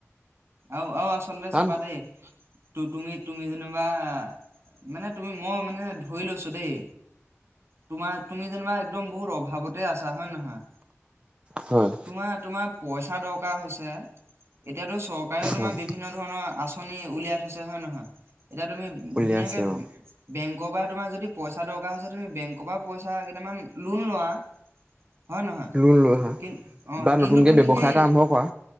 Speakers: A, on the right; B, on the right.
A: আও আও আচলতে
B: কাৰণ
A: চাবা
B: হয়
A: দেই তু তুমি তুমি যেনেক বা মানে তুমি ম মানে ধৰি লৈছোঁ দেই। তোমা তুমি যনিবা একদম বহুত অভাৱতে আছা হয় নহয়
B: হয়।
A: তোমা তোমা পইচা দৰকা হছে এতিয়াতো চঅকাৰেও তোমা
B: হয়
A: বিভিন্ন ধৰণঅ আচ <unintelligible> উলিয়াই থৈছে হয় নহয় এতিয়া তুমি
B: উলিয়াইছে
A: ধুনীয়াকে
B: অ
A: বেং ক পাই তোমা যদি পইচা দৰকা হৈছে তুমি বেংক পা পইচা কেটামান লোণ লোৱা হয় নহয়
B: লোন লোৱা
A: কিন অ',
B: বা
A: কিন্তু
B: নতুনকে
A: তুমি
B: ব্যৱসায়
A: সেই
B: এটা আৰম্ভ কৰা